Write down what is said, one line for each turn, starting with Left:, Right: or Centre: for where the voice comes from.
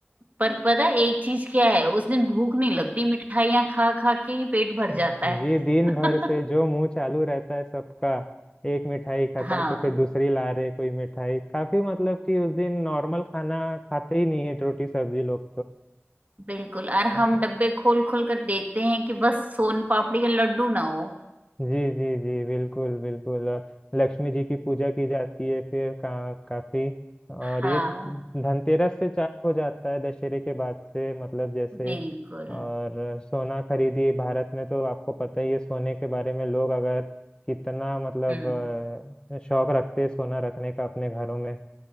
Right: पर पता है एक चीज क्या है उस दिन भूख नहीं लगती मिठाइयाँ खा खा के ही पेट भर
Left: जी
Right: जाता है
Left: दिन
Right: <laughs>
Left: भर से जो मुंह चालू रहता है सबका एक मिठाई खत्म
Right: हाँ
Left: तो फिर दूसरी ला रहे कोई मिठाई काफी मतलब कि उस दिन नॉर्मल खाना खाते ही नहीं है रोटी सब्जी लोग
Right: बिल्कुल और
Left: तो
Right: हम डब्बे खोल खोल कर देखते हैं कि बस सोन पापड़ी या लड्डू ना हो
Left: जी जी जी बिल्कुल बिल्कुल और लक्ष्मी जी की पूजा की जाती है फिर का, काफी और
Right: हाँ
Left: ये धनतेरस से चालू हो जाता है दशहरे के बाद से मतलब जैसे
Right: बिल्कुल
Left: और सोना खरीदी भारत में तो आपको पता ही है सोने के बारे में लोग अगर कितना मतलब
Right: हम्म
Left: अ, शौक रखते हैं सोना रखने का अपने घरों में